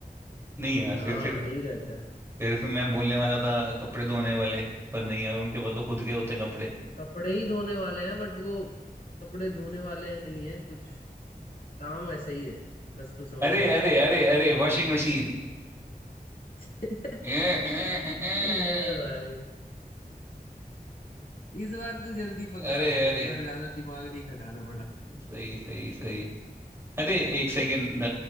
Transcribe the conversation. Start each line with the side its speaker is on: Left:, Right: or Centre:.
Right: नहीं यार
Left: हाँ
Right: फिर फिर
Left: नहीं रहता है
Right: फिर, फिर मैं बोलने वाला था कपड़े धोने वाले पर नहीं यार उनके पास तो खुद के होते हैं कपड़े
Left: कपड़े ही धोने वाले हैं बट वो कपड़े धोने वाले हैं नहीं है कुछ काम वैसा ही है बस तू समझ
Right: अरे
Left: जा
Right: अरे अरे अरे वॉशिंग मशीन
Left: <laughs>
Right: <laughs> अरे
Left: अरे भाई इस बार तू जल्दी पकड़ा
Right: अरे
Left: भाई इस बार ज्यादा दिमाग नहीं खटाना पड़ा
Right: सही सही सही अरे एक सेकेंड